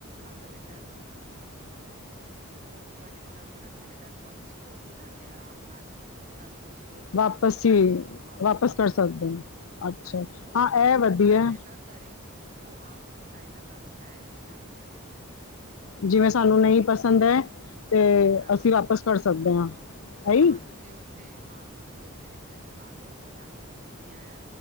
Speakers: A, on the right (about 35°); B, on the left (about 75°).
A: ਅਗਰ ਰਿਟਰਨ ਉਸ ਪਰਟੀਕੁਲਰ ਪ੍ਰੋਡਕਟ ਦੀ ਰਿਟਰਨ ਪੋਲਿਸੀ ਹੋਏਗੀ ਨਾ ਤੇ ਆਰਾਮ ਨਾਲ ਤਾਂ ਤੁਸੀਂ ਉਹ ਪ੍ਰੋਡਕਟ
B: ਵਾਪਸ
A: ਜਿਹੜਾ
B: ਹੀ
A: ਹੈ ਉਹ ਵਾਪਿਸ
B: ਵਾਪਸ
A: ਹੋ
B: ਕਰ
A: ਸਕਦਾ
B: ਸਕਦੇ ਨੇ ਅੱਛਾ
A: ਹਾਂਜੀ ਉਹ ਲੋਕ
B: ਹਾਂ
A: ਆ
B: ਇਹ
A: ਕੇ
B: ਵਧੀਆ
A: ਬਾਕਾਇਦ ਦਾ ਘਰੇ ਉਹ ਆ ਕੇ ਬਾਕਾਇਦਾ ਘਰੋ ਲੈ ਕੇ ਜਾਂਦੇ ਨੇ।
B: ਜਿਵੇਂ
A: ਹਮ
B: ਸਾਨੂੰ ਨਹੀਂ ਪਸੰਦ ਹੈ ਤੇ
A: ਹਾਂ
B: ਅਸੀਂ ਵਾਪਿਸ ਕਰ ਸਕਦੇ ਹਾਂ ਇਹੀ
A: ਹਾਂ ਤੁਸੀਂ ਉੱਥੇ ਹਾਂ ਤੁਸੀਂ ਉੱਥੇ ਰਿਕੁਐਸਟ ਪਾ ਦੋ ਕਿ ਤੁਹਾਨੂੰ ਪਸੰਦ ਨੀ ਆਇਆ